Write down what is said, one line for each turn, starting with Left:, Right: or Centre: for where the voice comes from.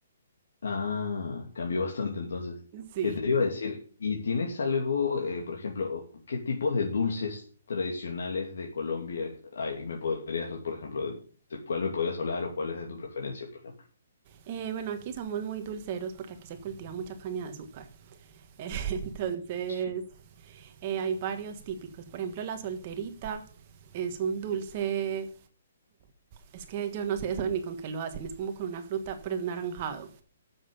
Left: Ah, cambió bastante entonces.
Right: Sí.
Left: ¿Qué te iba a decir? ¿Y tienes algo, eh, por ejemplo, qué tipos de dulces tradicionales de Colombia hay? ¿Me podrías, por ejemplo, de, de cuál me podrías hablar o cuál es de tu preferencia, por ejemplo?
Right: Eh, bueno, aquí somos muy dulceros porque aquí se cultiva mucha caña de azúcar. <laughs> Entonces,
Left: Sí.
Right: Eh, hay varios típicos, por ejemplo, la solterita es un dulce, es que yo no sé eso ni con qué lo hacen, es como con una fruta, pero es naranjado